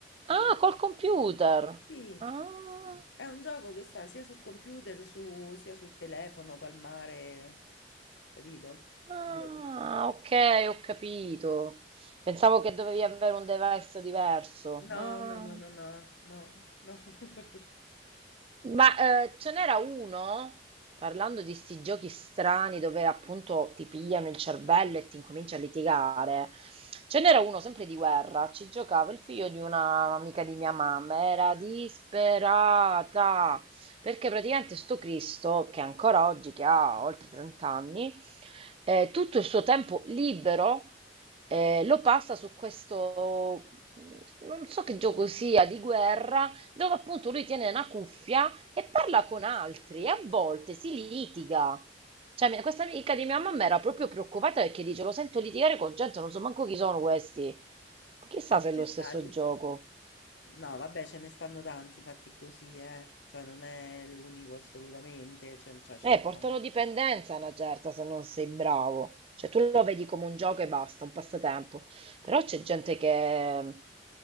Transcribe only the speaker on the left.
sì.
È un gioco che sta sia su computer, su- sia su telefono, palmare, capito?
Che de-
No,
no, no, no, no, no, no. <laughs>
Ci
sta,
ci
sta. No, vabbè, ce ne stanno tanti fatti così, eh. Cioè, non è l'unico assolutamente, ce- cioè, ce
ne
stanno.